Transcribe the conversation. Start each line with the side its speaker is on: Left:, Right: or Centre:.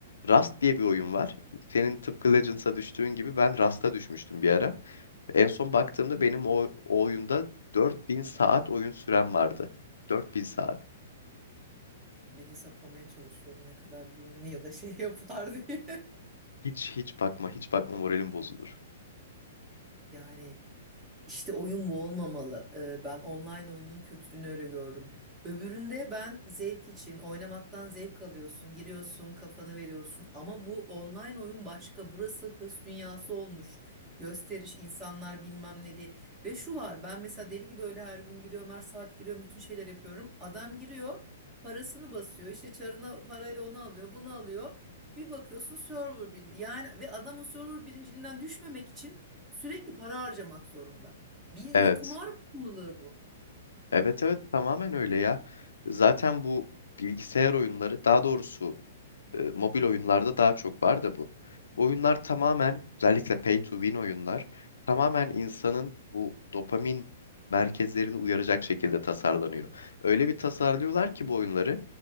Left: Rust diye bir oyun var. Senin tıpkı Legends'a düştüğün gibi ben Rust'a düşmüştüm bir ara. En son baktığımda benim o, o oyunda 4000 saat oyun sürem vardı. 4000 saat.
Right: bir hesaplamaya çalışıyorum ne kadar günlü ya da şey yapar diye.
Left: Hiç hiç bakma, hiç bakma moralim bozulur.
Right: <laughs> Yani İşte oyun bu olmamalı. Ee, Ben online oyunun kötülüğünü öyle gördüm. Öbüründe ben zevk için oynamaktan zevk alıyorsun, giriyorsun, kafanı veriyorsun. Ama bu online oyun başka. Burası hırs dünyası olmuş. Gösteriş, insanlar bilmem ne diye. Ve şu var, ben mesela deli gibi öyle her gün giriyorum, her saat giriyorum, bütün şeyler yapıyorum. Adam giriyor, parasını basıyor, işte çarına parayla onu alıyor, bunu alıyor. Bir bakıyorsun server bir yani ve adam o server birinciliğinden düşmemek için sürekli para harcamak zorunda. Bildiğin
Left: Evet.
Right: kumar bağımlılığı bu.
Left: Evet evet tamamen öyle ya. Zaten bu bilgisayar oyunları daha doğrusu e, mobil oyunlarda daha çok var da bu. Bu oyunlar tamamen özellikle pay to win oyunlar tamamen insanın bu dopamin merkezlerini uyaracak şekilde tasarlanıyor. Öyle bir tasarlıyorlar ki bu oyunları